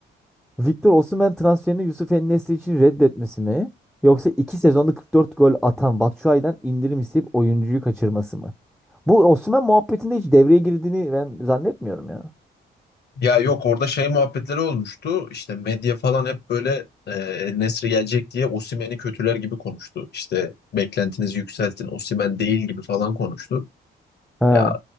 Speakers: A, in the centre; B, on the left.
A: Victor Osimhen transferini Yusuf en için reddetmesi mi? Yoksa iki sezonda 44 gol atan Batshuayi'den indirim isteyip oyuncuyu kaçırması mı? Bu Osimhen muhabbetinde hiç devreye girdiğini ben zannetmiyorum ya.
B: Ya yok orada şey muhabbetleri olmuştu. İşte medya falan hep böyle e, Nesri gelecek diye Osimhen'i kötüler gibi konuştu. İşte beklentinizi yükseltin Osimhen değil gibi falan konuştu.
A: He.
B: Ya